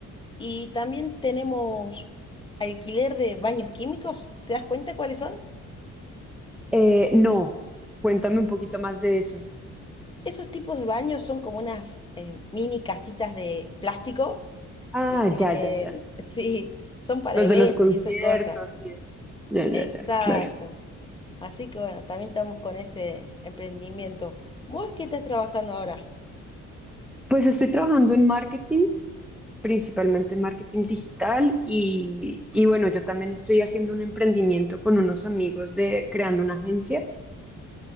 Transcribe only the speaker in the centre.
Eh, no, cuéntame un poquito más de eso.
Ah,
ya, ya, ya.
Los
de los conciertos,
sí. Ya, ya,
ya, claro.
Pues estoy trabajando en marketing, principalmente en marketing digital y, y bueno, yo también estoy haciendo un emprendimiento con unos amigos de creando una agencia